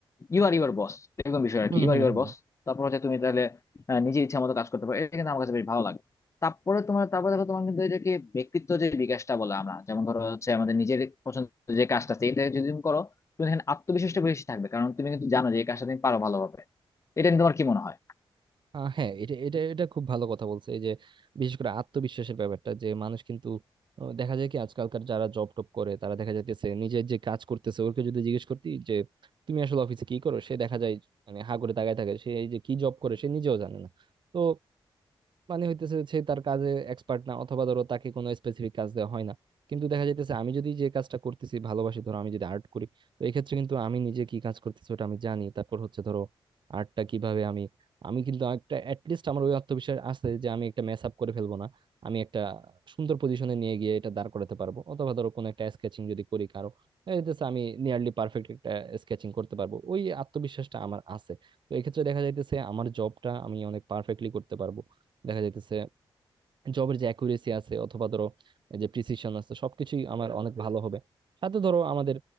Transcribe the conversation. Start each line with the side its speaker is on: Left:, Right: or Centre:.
Left: ইউ আর ইউর বস এরকম বিষয় আর
Right: হুম
Left: কি ইউ
Right: হুম
Left: আর ইউর
Right: হুম
Left: বস তারপর হচ্ছে তুমি তাহলে আহ, নিজের ইচ্ছা মতো কাজ করতে পারো এটা কিন্তু আমার কাছে বেশ ভালো লাগে তারপরে তোমার তারপরে দেখো তোমার কিন্তু এটাকে ব্যক্তিত্ব যে বিকাশটা বলে আমরা যেমন ধরো হচ্ছে আমাদের নিজের পছন্দের যে কাজটা আছে এটা যদি তুমি করো তুমি এখানে আত্মবিশ্বাসটা বেশি থাকবে কারণ তুমি কিন্তু জানো যে এই কাজটা তুমি পারো ভালোভাবে এটা নিয়ে তোমার কি মনে হয়
Right: আহ হ্যাঁ এটা এটা এটা খুব ভালো কথা বলছে এই যে বিশেষ করে আত্মবিশ্বাসের ব্যাপারটা যে মানুষ কিন্তু আহ, দেখা যায় কি আজকালকার যারা জব টপ করে তারা দেখা যাইতেছে নিজের যে কাজ করতেছে ওকে যদি জিজ্ঞেস করতি যে তুমি আসলে অফিসে কি করো সে দেখা যায় মানে হা করে তাকায় থাকে সে এই যে কি জব করে সে নিজেও জানে না তো মানে হইতেছে সে তার কাজে এক্সপার্ট না অথবা ধরো তাকে কোনো স্পেসিফিক কাজ দেওয়া হয় না কিন্তু দেখা যাইতেছে আমি যদি যে কাজটা করতেছি ভালোবাসি ধরো আমি যদি আর্ট করি তো এই ক্ষেত্রে কিন্তু আমি নিজে কি কাজ করতেছি ওটা আমি জানি তারপর হচ্ছে ধরো আর্টটা কিভাবে আমি আমি কিন্তু একটা অ্যাটলিস্ট আমার ওই আত্মবিশ্বাস আছে যে আমি একটা মেস আপ করে ফেলবো না আমি একটা সুন্দর পজিশনে নিয়ে গিয়ে এটা দাঁড় করাতে পারবো অথবা ধরো কোনো একটা স্কেচিং যদি করি কারো দেখা যাইতেছে আমি নিয়ারলি পারফেক্ট একটা স্কেচিং করতে পারবো ওই আত্মবিশ্বাসটা আমার আছে তো এক্ষেত্রে দেখা যাইতেছে আমার জবটা আমি অনেক পারফেক্টলি করতে পারবো দেখা যাইতেছে জবের যে অ্যাকুরেসি আছে অথবা ধরো এই যে প্রিসিশন আছে সবকিছুই আমার অনেক ভালো হবে সাথে ধরো আমাদের